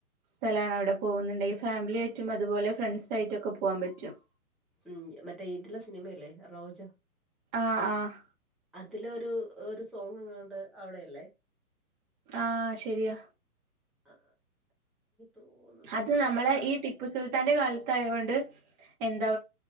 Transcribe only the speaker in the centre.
ഉം മറ്റേ ഇതില സിനിമല്ലേ റോജ
അതിലൊ ഒരു ഒരു സോങ്ങ്ങ്ങണ്ട് അവിടെല്ലേ
ആ തോന്നുന്നു
ആ
അതാ